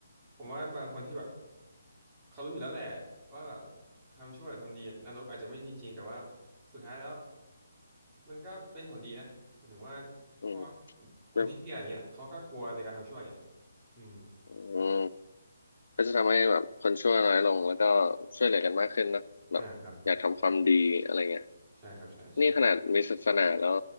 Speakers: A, on the right; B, on the left.
A: ผมว่าบางคนที่แบบเขารู้อยู่แล้วแหละว่าแบบทำชั่วหรือทำดีนรกอาจจะไม่จริงๆแต่ว่าสุดท้ายแล้วมันก็เป็นผลดีนะหมายถึงว่าพวก
B: อืม
A: คนที่เชื่ออย่างเงี้ยเขาก็กลัวในการทำชั่วไง
B: แบบ
A: อืม
B: อืมก็จะทำให้แบบคนชั่วน้อยลงแล้วก็ช่วยเหลือกันมากขึ้นนะแบบอยากทำความดีอะไรเงี้ย
A: อ่าครับใช่ครับใช่ใช่
B: นี่ขนาดมีศาสนาแล้ว